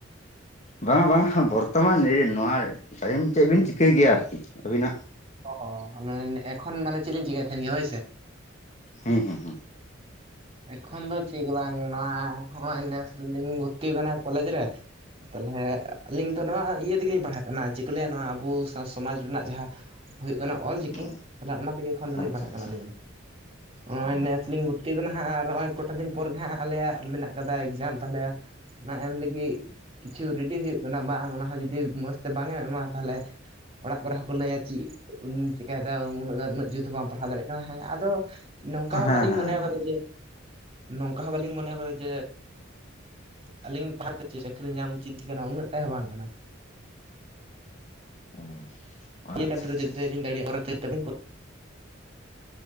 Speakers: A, on the left (about 35°); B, on the right (about 30°).
A: ᱵᱟᱝᱟ ᱵᱟᱝᱟ ᱵᱚᱨᱛᱚᱢᱟᱱ ᱱᱚᱣᱟ ᱴᱟᱭᱤᱢ ᱪᱮᱫ ᱵᱤᱱ ᱪᱤᱠᱟᱹᱭ ᱜᱮᱭᱟ ᱟᱨᱠᱤ ᱟᱹᱵᱤᱱᱟᱜ?
B: ᱚ ᱢᱟᱱᱮ ᱮᱠᱷᱚᱱ ᱢᱟᱱᱮ ᱪᱮᱫ ᱞᱤᱧ ᱪᱤᱠᱟᱭ ᱛᱟᱦᱮᱱ ᱜᱮ ᱦᱳᱭ ᱥᱮ᱾
A: ᱦᱩᱸ ᱦᱩᱸ ᱦᱩᱸ
B: ᱮᱠᱷᱚᱱ ᱫᱚ ᱪᱮᱫ ᱜᱮ ᱵᱟᱝ ᱱᱚᱣᱟ ᱦᱚᱸ ᱱᱮᱥ ᱞᱤᱧ ᱵᱷᱩᱨᱛᱤ ᱟᱠᱟᱱᱟ ᱠᱚᱞᱮᱡ ᱨᱮ ᱾ ᱛᱟᱦᱚᱞᱮ ᱟᱹᱞᱤᱧ ᱫᱚ ᱱᱚᱣᱟ ᱤᱭᱟᱹ ᱛᱮᱜᱮᱞᱤᱧ ᱯᱟᱲᱦᱟᱜ ᱠᱟᱱᱟ ᱪᱮᱫ ᱠᱚ ᱞᱟᱹᱭᱟ ᱱᱚᱣᱟ ᱟᱵᱚ ᱥᱚᱢᱟᱡ ᱨᱮᱱᱟᱜ ᱡᱟᱦᱟᱸ <unintelligible> ᱦᱩᱭᱩᱜ ᱠᱟᱱᱟ ᱚᱞ ᱪᱤᱠᱤ
A: ᱚ
B: ᱛᱟᱞᱦᱮ ᱚᱱᱟ ᱛᱮᱜᱮ ᱮᱠᱷᱚᱱ ᱫᱚᱞᱤᱧ
A: ᱟᱪᱪᱷᱟ
B: ᱯᱟᱲᱦᱟᱜ
A: ᱟᱪᱪᱷᱟ
B: ᱠᱟᱱᱟ ᱟᱹᱞᱤᱧ ᱫᱚ, ᱱᱚᱜ
A: ᱚ
B: ᱱᱮᱥ ᱞᱤᱧ <inaudible> ᱦᱟᱸᱜ ᱟᱨ ᱱᱚᱜ-ᱚᱭ ᱠᱚᱴᱟ ᱫᱤᱱ ᱯᱚᱨ ᱜᱮ ᱦᱟᱸᱜ ᱟᱞᱮᱭᱟᱜ ᱢᱮᱱᱟᱜ ᱠᱟᱫᱟ ᱮᱠᱡᱟᱢ ᱛᱟᱦᱚᱞᱮ ᱚᱱᱟ ᱮᱢ ᱞᱟᱹᱜᱤᱫ ᱠᱤᱪᱷᱩ ᱨᱮᱰᱤ ᱦᱩᱭᱩᱜ ᱠᱟᱱᱟ ᱵᱟᱝ ᱚᱱᱟ ᱦᱚᱸ ᱡᱩᱫᱤ ᱢᱚᱡᱽ ᱛᱮ ᱵᱟᱝ ᱮᱢ ᱮᱢᱟ ᱛᱟᱦᱚᱞᱮ ᱚᱲᱟᱜ ᱠᱚᱨᱮ ᱦᱚᱸᱠᱚ ᱞᱟᱹᱭᱟ ᱪᱮᱫ᱾ ᱪᱮᱠᱟᱭᱮᱫᱟ ᱩᱱᱟᱹᱜ ᱜᱟᱱ ᱩᱱᱟᱹᱜ ᱡᱩᱛ ᱦᱚᱸ ᱵᱟᱢ ᱯᱟᱲᱦᱟᱣ ᱫᱟᱲᱮᱭᱟᱜ ᱠᱟᱱᱟ ᱦᱮᱸ ᱟᱫᱚ ᱱᱚᱝᱠᱟ
A: ᱦᱮᱸ
B: ᱦᱚᱸ ᱵᱟᱟᱹᱞᱤᱧ
A: ᱦᱮᱸ
B: ᱢᱚᱱᱮᱣ
A: ᱦᱮᱸ
B: ᱟᱠᱟᱫᱟ ᱱᱚᱝᱠᱟ ᱦᱚᱸ ᱵᱟᱞᱤᱧ ᱢᱚᱱᱮ ᱟᱠᱟᱫᱟ ᱡᱮ ᱟᱹᱞᱤᱧ <inaudible> ᱪᱟᱹᱠᱨᱤ ᱧᱟᱢ ᱩᱪᱤᱛ ᱜᱮ ᱠᱟᱱᱟ ᱩᱱᱟᱹᱜ ᱴᱟᱦᱚᱸ ᱵᱟᱝ ᱠᱟᱱᱟ ᱾
A: <unintelligible>
B: <unintelligible>
A: ᱟᱪᱪᱷᱟ